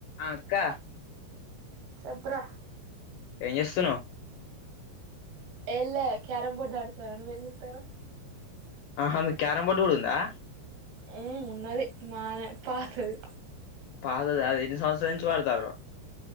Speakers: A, on the left; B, on the right.
A: అ అక్క
B: చెప్పరా
A: ఏం చేస్తున్నావు్
B: ఎమ్ లె క్యారం బోర్డ్ ఆడతార నువ్వేం జేత్తరావ్
A: అహా మీక్ క్యారం బోర్డ్ కూడ ఉందా
B: ఉ ఉన్నది మానె పాతది
A: పాత దా ఎన్ని సంవత్సర నుంచి వాడతారు